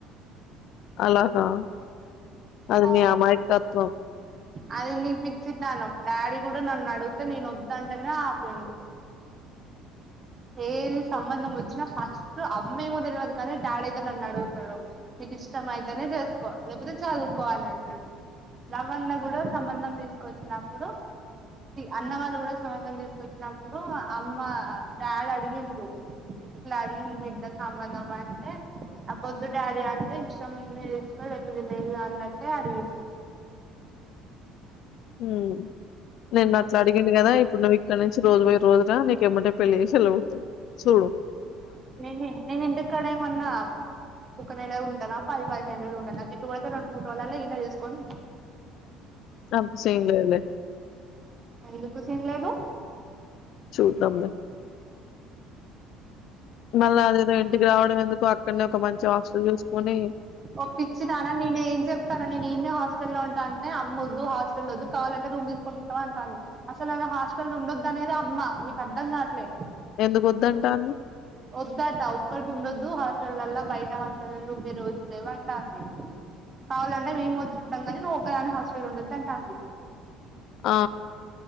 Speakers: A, on the left (about 55°); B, on the right (about 25°).
A: అలాగా అది
B: అవును
A: నీ అమాయకత్వం
B: అది నీకు పిచ్చితనం డాడీ కూడా నన్ను అడిగితే నేను వద్దుంటనే ఆపిండు ఏది సంబంధం వచ్చినా ఫస్ట్ అమ్మేమో తెలివదు కానీ డాడీ అయితే నన్ను అడుగుతాడు మీకు ఇష్టం అయితేనే చేసుకోవాలి లేకపోతే చదువుకోవాలి అంటాడు రవన్న కూడా సంబంధం తీసుకొచ్చినప్పుడు అన్న వాళ్ళు కూడా సంబంధం తీసుకొచ్చినప్పుడు అమ్మ డాడ్ అడిగిండు ఇట్లా అడిగిండు బిడ్డ సంబంధం వస్తె ఆ పొద్దు డాడీ అంటే ఇష్టముంటే చేసుకో లేపోతే లేదు అన్నట్టే అడిగిండు
A: ఉ నిన్న అట్లడిగిండు కదా ఇప్పుడు నువ్ ఇక్కడి నుంచి రోజు పోయి రోజులన నీకు ఎమ్మటే పెళ్లి చేసి ఎల్లగొడుతడు చూడు
B: నేను నేను ఇంటి కాడ ఏమన్నా ఒక్క నెల ఉంటదా పది పదిహేను రోజులు ఉంటండ అ ఇప్పుడతే రెండు రోజులల్లో ఇల్లా తీసుకొని
A: అంత సీన్ లేదు లే
B: ఎందుకు సీన్లేదు
A: చూద్దాంలే మళ్ళీ అదేదో ఇంటికి రావడం ఎందుకు అక్కడనే ఒక మంచి హాస్టల్ చూసుకునీ
B: ఓ పిచ్చిదా నేను ఏం చెప్తాను నేను ఈడనే హాస్టల్లో ఉంటా అంటే అమ్మ వద్దు హాస్టల్ వద్ కావాలంటే రూమ్ తీసుకుని ఉంటావా అంటాంది అసలు ఆడ హాస్టల్ ఉండొద్దు అనేది అమ్మ నీకు అర్థం కావట్లే
A: ఎందుకు వద్దంటాంది
B: వద్దట ఒక్కటి ఉండొద్దు హాస్టల్లా బయట హాస్టల్లో ఉండే రోజులేవు అంటాంది కావాలంటే మేము వచ్చుంటాంగానీ నువ్ ఒక్క దానివే హాస్టల్ ఉండద్దు అంటాంది
A: ఆ